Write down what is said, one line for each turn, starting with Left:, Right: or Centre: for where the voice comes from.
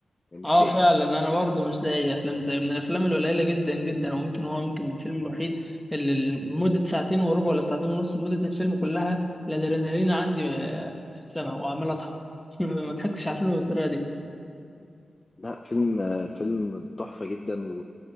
Left: مش
Centre: اه
Left: لاقي
Centre: فعلا انا برضو مش لاقي افلام زي من الافلام القليله جدا جدا او ممكن هو ممكن الفيلم الوحيد اللي مده ساعتين وربع ولا ساعتين ونص مده الفيلم كلها الادرينالين عندي آه، في السماء وعمال اضحك <laughs> ما ضحكتش على الفيلم بالطريقه دي
Left: لا فيلم فيلم تحفه جدا